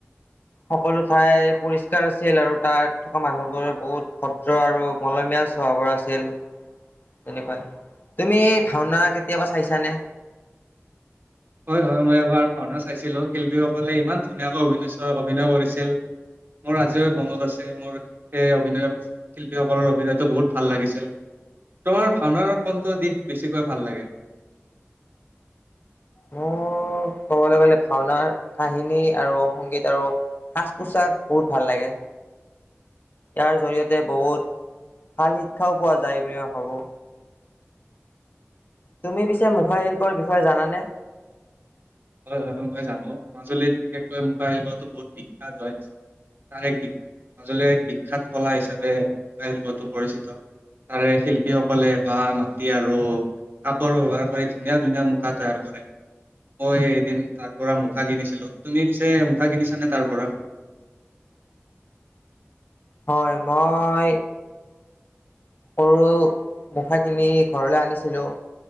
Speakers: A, on the left; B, on the right.
A: সকলো ঠাই পৰিষ্কাৰ আছিল আৰু তাত থকা মানুহবোৰে বহুত ভদ্ৰ আৰু মলমিয়াল স্বভাৱৰ আছিল। তেনেকুৱাই তুমি ভাওনা কেতিয়াবা চাইছানে?
B: হয়- হয় মই এবাৰ ভাওনা চাইছিলো। শিল্পীসকলে ইমান ধুনীয়াকৈ অভিন অভিনয় কৰিছিল। মোৰ আজিও মনত আছে মোৰ এ অভিনয়। শিল্পীসকলৰ অভিনয়তটো বহুত ভাল লাগিছিল। তোমাৰ ভাওনাৰ কোনটো দিন বেছিকৈ ভাল লাগে?
A: মোৰ ক'বলৈ গ'লে ভাওনাৰ কাহিনী আৰু সংগীত আৰু সাজ -পোছাক বহুত ভাল লাগে। ইয়াৰ জৰিয়তে বহুত ভাল শিক্ষাও পোৱা যায় বুলি মই ভাবো। তুমি পিছে মুখা শিল্পৰ বিষয়ে জানানে?
B: হয়, হয় মই জানো মাজুলীত বিশেষকৈ মুখা শিল্পটো বহুত বিখ্যাত হয়। তাৰ এক মাজুলীৰ এক বিখ্যাত কলা হিচাপে মূগা শিল্পতটো পৰিচিত। তাৰে শিল্পীসকলে বা মাটি আৰু কাপোৰ ব্যৱহাৰ কৰে ধুনীয়া, ধুনীয়া মুখা তৈয়াৰ কৰে। মই এদিন তাৰ পৰা মুখা কিনিছিলো। তুমি পিছে মুখা কিনিছা নে তাৰ পৰা?
A: হয় মই সৰু মুখা কিনি ঘৰলৈ আনিছিলো।